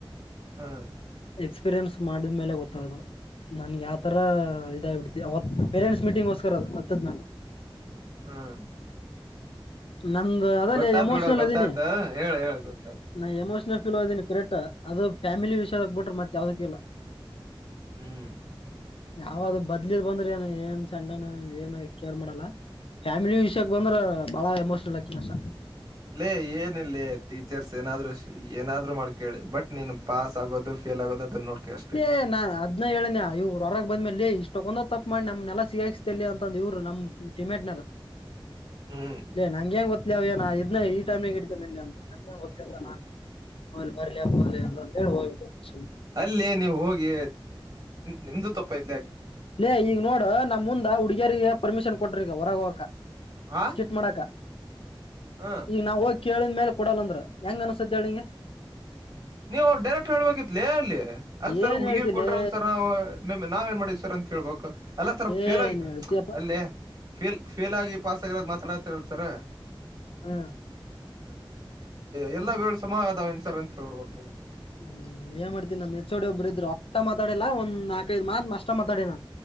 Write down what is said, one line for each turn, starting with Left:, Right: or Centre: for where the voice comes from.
Right: ಹ್ಮ್
Left: ಎಕ್ಸ್ಪೀರಿಯನ್ಸ್ ಮಾಡಿದ್ಮೇಲೆ ಗೊತ್ತಾಗೋದು ನನಗೆ ಆತರ ಇದಾಗಿ ಬಿಟ್ಟಿದೆ ಅವತ್ತು ಪೇರೆಂಟ್ಸ್ ಮೀಟಿಂಗ್ ಗೋಸ್ಕರ ಅತ್ತಿದ್ ನಾನು
Right: ಹ್ಮ್
Left: ನಂದು ಅದಲಿ
Right: ಗೊತ್ತಾತ್
Left: ಎಮೋಷನಲ್
Right: ಬಿಡ ಗೊತ್ತಾತ
Left: ಅದಿನಿ
Right: ಹೇಳ ಹೇಳ ಗೊತ್ತಾತ
Left: ನಾ ಎಮೋಷನಲ್ ಫಿಲಂ ಅದೇನಿ ಕರೆಕ್ಟು ಅದು ಫ್ಯಾಮಿಲಿ ವಿಸ್ತಾರ ಬಿಟ್ಟರೆ ಮತ್ತೆ ಯಾವುದಕ್ಕೂ ಇಲ್ಲ
Right: ಹ್ಮ್
Left: ಯಾರಾದ್ರೂ ಬರ್ಲಿದು ಬಂದರೆ ನಾನು ಸೆಂಟರ್ ಕೇರ್ ಮಾಡಲ್ಲ ಫ್ಯಾಮಿಲಿ ವಿಶು ಬಂದರೆ ಬಹಳ ಎಮೋಷನಲ್ ಹಕ್ಕಿನೇಅಷ್ಟೇ
Right: ಲೇ ಏನಿಲ್ಲ ಟೀಚರ್ ಏನಾದ್ರೂ ಮಾಡ್ಕೊಳ್ಳಿ ಬಟ್ ನೀನು ಪಾಸ್ ಆಗದು ಫೇಲ್ ಆಗೋದು ಅಷ್ಟೇ ನೋಡ್ಕೋ
Left: ಏ ನಾ ಅದ್ನ ಏನನೆ ಇವ್ ಹೊರಗ ಬಂದ್ಮೇಲೆ ಇಷ್ಟೊಕ್ಕೊಂದ್ ತಪ್ಪ ಮಾಡಿ ನಮ್ಮನೆಲ್ಲ ಸಿಗಲಿ ಅಂತ ಮತ್ ಇವರು ನಮ್ ಡಿಮ್ಯಾಟ್ ಮೇಲೆ
Right: ಹ್ಮ್
Left: ಲ ನನಗೇನು ಗೊತ್ತಿಲ್ಲ ಈ ಟೈಮಲ್ಲಿ ಇಡಿಚಿ ನಂತರ ನನ ಗ ಅಂತ ನಾನನ್ ಆ ಬರ್ಲಿ ಅಪ್ಪ ಅಂತ ಅಂತ ಹೇಳಿ ಹೋಗ್ಬಿಟ್ಟು
Right: ಅಲ್ಲೇ ನೀವು ಹೋಗಿ ನಿಂದು ತಪ್ಪೇ
Left: ಲ ಈಗ ನೋಡು ನಮ್ಮ ಮುಂದೆ ಹುಡುಗಿಯರಿಗೆ ಪರ್ಮಿಷನ್ ಕೊಟ್ರು ಹೊರಗೆ ಹೋಗಕ್ಕ
Right: ಹಾ
Left: ಸ್ಕಿಟ್ ಮಾಡಾಕ
Right: ಹ
Left: ಈಗ ನಾವ ಹೋಗ ಕೇಳಿದ ಮೇಲೆ ಕೊಡಲ್ಲ ಅಂದ್ರ ಹೆಂಗ ಅನ್ಸತ್ತೆ ನನಗೆ
Right: ನೀವು ಹೋಗಿ ಡೈರೆಕ್ಟ್ ಹೇಳಬೇಕಿತ್ತು, ಆನ್ಸರ್
Left: ಏನ್
Right: ಹುಡುಗಿಯರಿಗೆ
Left: ಹೇಳ್ತಿ
Right: ಕೊಟ್ಟಿರಿ
Left: ಲೇ
Right: ನಮ ನಾವ ಏನ್ ಮಾಡೀವಿ ಸರ್ ಅಂತ ಕೇಳ್ಬೇಕು ಅಲ್ಲ ತರ ಫೇಲ್
Left: ಏನ್
Right: ಆಗಿ
Left: ಹೇಳ್ತಿಯಪ್ಪಾ
Right: ಅಲ್ಲೇ ಫೇಲ್ ಫೇಲ್ ಆಗಿ ಪಾಸ್ಗಿರೋದು ಮಾತಡತಿರಲ್ಲ ಸರ
Left: ಹಾ
Right: ಎಲ್ಲ ಬೆರಳು ಸಮಾಧಾನವಂತ ಸರ್ಹೇಳ್ಬೇಕು
Left: ಹ್ಮ್ ಏನ್ ಮಾಡ್ತೀನಿ ನಮ್ಮ್ ಹೆಚ್ಚೋಡಿ ಒಬ್ಬರು ಇದ್ರು ಅಷ್ಟ ಮಾತಡಲ್ಲ ಒಂದ್ ನಾಕೈದು ಮಾತ್ ನಷ್ಟ ಮಾತಾಡ ನ